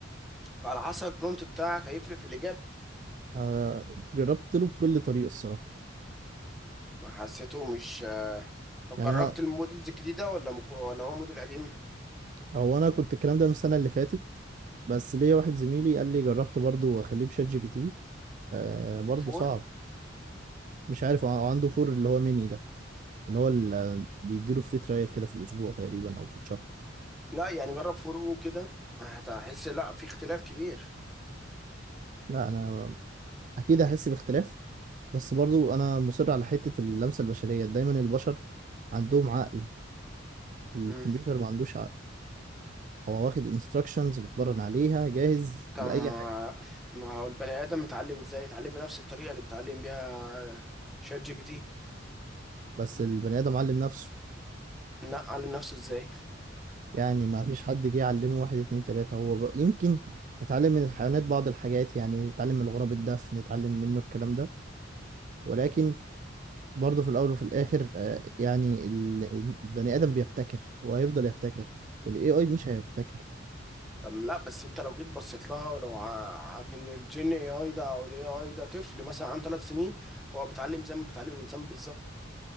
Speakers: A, in the centre; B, on the right.
A: فعلى حسب البرومت بتاعك هيفرق في الاجابة
B: آه جربت له بكل طريقه الصراحه
A: ما حسيته مش طب
B: يعني
A: جربت
B: انا
A: المودلز الجديدة ولا مك... ولا هو موديل قديم
B: هو انا كنت الكلام ده من السنه اللي فاتت بس ليا واحد زميلي قال لي جربت برضه واخليه بشات جي بي تي آه برضه
A: فور
B: صعب مش عارف هو عنده فور اللي هو ميني ده اللي هو اللي بيديله فري ترايل كده في الاسبوع تقريبا او في الشهر
A: لا يعني جرب فور او كده هتحس لا في اختلاف كبير
B: لا انا اكيد هحس باختلاف بس برضه انا مصر على حته اللمسه البشريه دايما البشر عندهم عقل الكمبيوتر
A: مم.
B: ما عندوش عقل هو واخد انستراكشنز بتمرن عليها جاهز
A: طب
B: لاي
A: ما
B: حاجه
A: ما هو البني ادم متعلم ازاي يتعلم بنفس الطريقه اللي بيتعلم بيها شات جي بي تي
B: بس البني ادم علم نفسه
A: لا علم نفسه ازاي
B: يعني ما فيش حد جه يعلمه واحد اتنين تلاتة هو ب... يمكن يتعلم من الحيوانات بعض الحاجات يعني يتعلم من الغراب الدفن يتعلم منه الكلام ده ولكن برضه في الأول وفي الآخر آه، يعني ال- البني آدم بيبتكر وهيفضل يبتكر ال AI مش هيبتكر
A: طب لا بس انت لو جيت بصيت لها ولو ع- ان الجين اي اي ده او الاي اي ده طفل مثلا عن ثلاث سنين فهو بيتعلم زي ما بيتعلم الانسان بالظبط